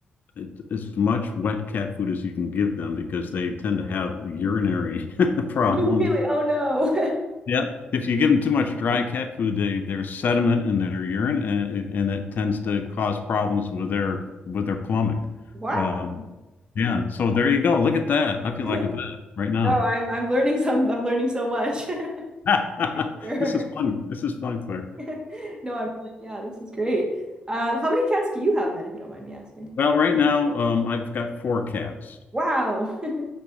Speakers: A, on the left (about 55°); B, on the right (about 20°).
A: it- as much wet cat food as you can give them because they tend to have urinary <laughs> problems.
B: Oh, really? Oh no.
A: Yeah. If you give them too much dry
B: <laughs>
A: cat food, they there's sediment in their urine, and, it- and it tends
B: Oh,
A: to cause problems with their with their plumbing.
B: Wow.
A: Um, yeah. So there you go. Look at that. I feel
B: <laughs>
A: like a vet right now.
B: No, I'm I'm learning some I'm learning so much. <laughs>
A: <laughs>
B: Sure.
A: This is fun. This is fun, Claire.
B: <laughs> No, I'm really yeah, this is great. Um, how many cats do you have then, if you don't mind me asking?
A: Well, right now, um, I've got four cats,
B: Wow. <laughs>